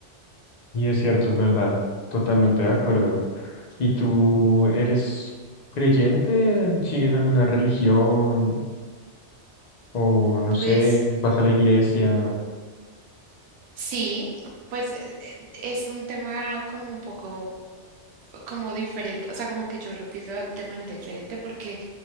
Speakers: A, on the left; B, on the right.
A: Y es cierto, es verdad. Totalmente de acuerdo. ¿Y tú eres creyente? ¿Sigues alguna religión? O no
B: Pues
A: sé, vas a la iglesia.
B: sí, pues eh, eh, es un tema como un poco como diferente, o sea, como que yo lo pienso de manera diferente porque